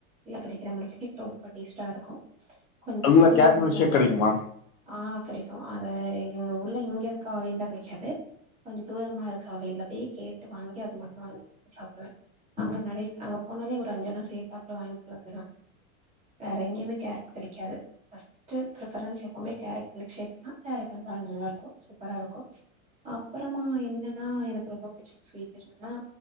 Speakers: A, on the right; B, on the left.
A: இல்ல கெடைக்கிற மில்க் ஷேக் ரொம்ப டேஸ்ட்டா இருக்கூ கொஞ்சொ
B: நல்ல
A: கூலாவூ
B: கேரட் மில்க்
A: தருவாங்க
B: ஷேக் கெடைக்குமா
A: ஆ கெடைக்கூ அது ‌இங்க உள்ள இங்க இருக்கா வெந்தா கெடைக்காது கொஞ்சொ தூரமா இருக்கா அவிங்ல பேய் கேட் கேட்டு வாங்கி அது மட்டும் வாங்கி சாப்டுவ அங்க
B: ம்
A: நெறய அங்க போனாலே ஒரு அஞ்சனு சேத் தாப்ல வாங்கிட்டு வந்துருவ வேற எங்கியுமே கேரட் கெடைக்காது ஃபஸ்ட் பிரிஃபரன்ஸ் எப்பமே கேரட் மில்க் ஷேக் தா கேரட் அல்வா நல்லாருக்கு சூப்பரா இருக்கு அப்றமா என்னன்னா எனக்கு ரொம்ப பிடிச்ச ஸ்வீட் ரெசிபி என்னன்னா